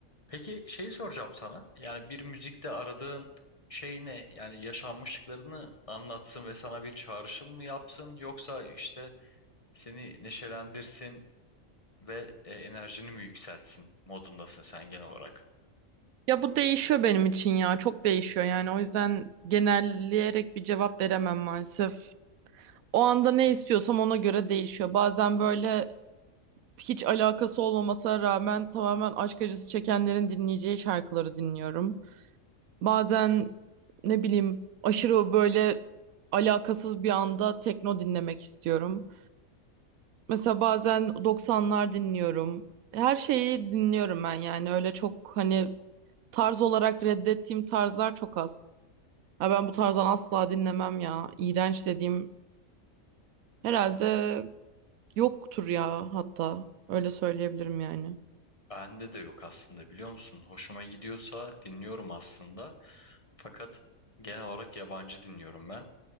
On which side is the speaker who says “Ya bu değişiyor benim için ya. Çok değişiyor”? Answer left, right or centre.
Right